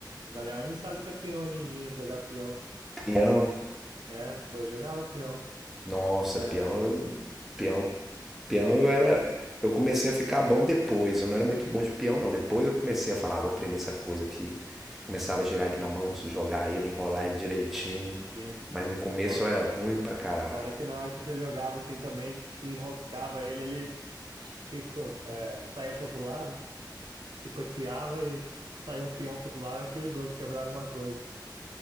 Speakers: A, on the right; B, in the centre.
A: A galera não sabe o que é peão hoje em dia, jogar peão.
B: Peão.
A: É, pô, eu jogava peão.
B: Nossa,
A: É,
B: peão, eu- peão. Peão eu era. Eu comecei a ficar bom depois. Eu não era muito bom de peão, não. Depois
A: é,
B: eu comecei a falar, ah, vou aprender essa coisa aqui. Começava a girar ele na mão, jogar ele, enrolar ele direitinho.
A: sim.
B: Mas no começo
A: Foda.
B: eu era ruim pra caralho.
A: O foda é que na hora que você jogava assim também, se enroscava ele, ele rico, é, saía pro outro lado, chicoteava e saiu o peão pro outro lado, é perigoso quebrar alguma coisa.